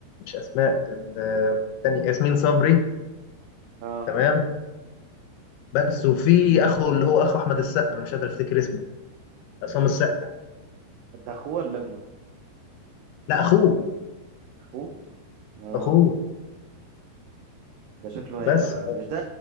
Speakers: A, on the left; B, on the right.
A: مش اسماء ال- تاني ياسمين صبري
B: اه
A: تمام بس وفي اخو اللي هو اخو احمد السقا انا مش قادر افتكر اسمه عصام السقا
B: ده اخوه ولا ابنه
A: لا اخوه
B: اخوه اه
A: اخوه
B: ده شكله هيبقى
A: بس
B: مش ده